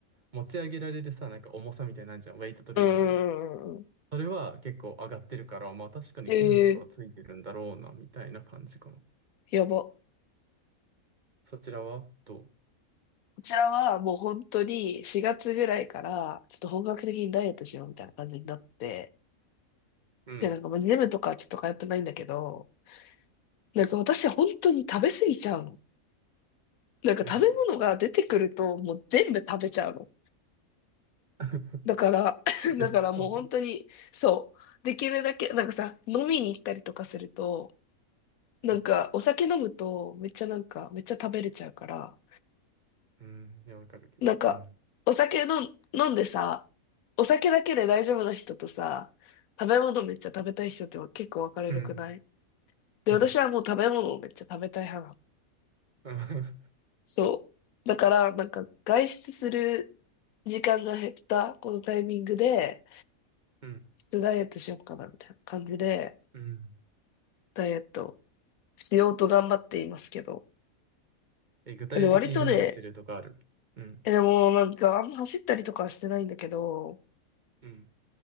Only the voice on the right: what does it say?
持ち上げられるさ、なんか重さみたいなんじゃん、ウェイトトレーニングのやつ。
それは結構上がってるから、まあ確かに筋肉はついてるんだろうな、
みたいな感じかな。
そちらはど
ううん。
うん。<laughs>
で、
そうなの。
うん。
うん。いや、わかるけど。
うん。
うん。
うん。
うん。
うん。
<laughs> うん
え、具体的に何してるとかあるうん。
うん。